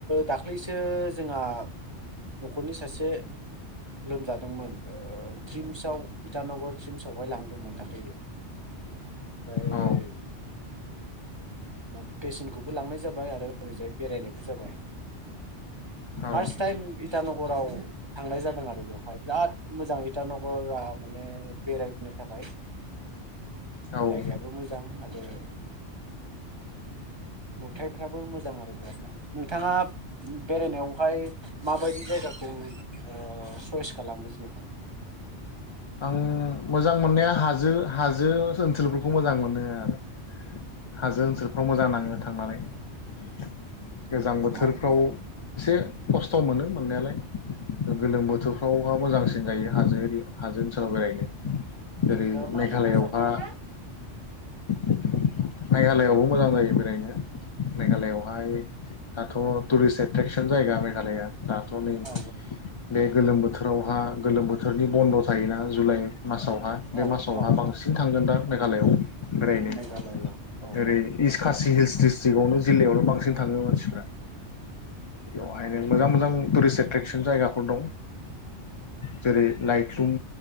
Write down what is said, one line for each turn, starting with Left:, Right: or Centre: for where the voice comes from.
Right: दाख्लैसो जोंहा न'खरनि सासे लोमजादोंमोन ओ ट्रिम्सआव इटानगर ट्रिम्सआवहाय लांदोंमोन दाखाै ओमफ्राय
Left: औ
Right: म पेसेन्टखौबो लांनाय जाबाय आरो जाय बेरायनाय बि जाबाय फार्स्ट
Left: औ
Right: टाइम इटानगराव थांनाय जादों आरो बेवहाय बिराद मोजाङैटा नगरा माने बेरायनो थाखाय
Left: औ
Right: जायगायाबो मोजां आरो नुथायाइफ्राबो मोजां <inaudible> नोंथाङा बेरायनायावहाय माबायदि जायगाखौ ओ सयस खालामो जेनेबा?
Left: आं मोजां मोननाया हाजो हाजो ओनसोलफोरखौ मोजां मोनो आरो हाजो ओनसोलफ्राव मोजां नाङो थांनानै <inaudible> गोजां बोथोरफ्राव
Right: मानो मोजां
Left: एसे खस्थ' मोनो मोननायालाय गोलोम बोथोरफ्रावहा मोजांसिन जायो हाजो एरि आज सावगायनो जेरै
Right: नोंथाङा मानो
Left: मेघालयआवहा
Right: मोजां मोनो
Left: <inaudible> मेघालआवबो मोजां जायो बेरायनो मेघालयआवहाय दाथ' टुरिस्ट एट्रेकसन जायगा मेघालया दाथ' नै
Right: औ
Left: बे गोलोम बोथोरावहा गोलोम बोथोरनि बन्द' थायोना जुलाइ मासावहा
Right: औ
Left: बे
Right: औ
Left: मासावहा
Right: औ
Left: बांसिन
Right: औ
Left: थांगोनदां। मेघालआव बेरायनो
Right: मेघालयआव औ
Left: ओरै इसकासि सि हिल्स डिस्ट्रिक्आवनो जिल्लायावनो बांसिन थाङो मानसिफ्रा बेवहायनो मोजां मोजां टुरिस्ट एट्रेकसन जायगाफोर दं जेरै लाइक। ब्लुम